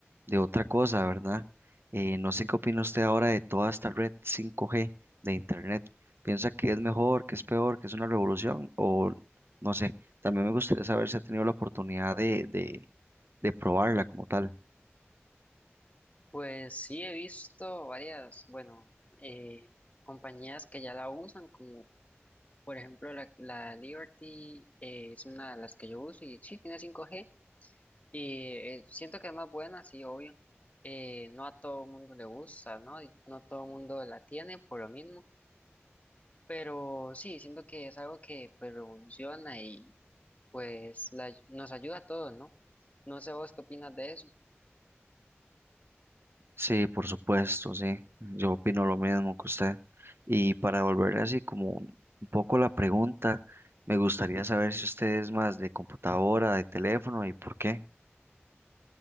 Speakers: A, on the right; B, on the left.
A: de otra cosa, ¿verdad? Eh, no sé qué opina usted ahora de toda esta red cinco g de Internet. ¿Piensa que es mejor, que es peor, que es una revolución? O no sé, también me gustaría saber si ha tenido la oportunidad de, de, de probarla como tal.
B: Pues sí, he visto varias, bueno, eh, compañías que ya la usan, como por ejemplo la, la Liberty, eh, es una de las que yo uso y sí, tiene 5G y eh, siento que es más buena, sí, obvio. Eh, no a todo el mundo le gusta, ¿no? Y no todo el mundo la tiene por lo mismo, pero sí, siento que es algo que pues, revoluciona y pues la- nos ayuda a todos, ¿no? No sé vos qué opinas de eso.
A: Sí, por supuesto, sí. Yo opino lo mismo que usted. Y para volver así como un un poco la pregunta, me gustaría saber si usted es más de computadora, de teléfono y por qué.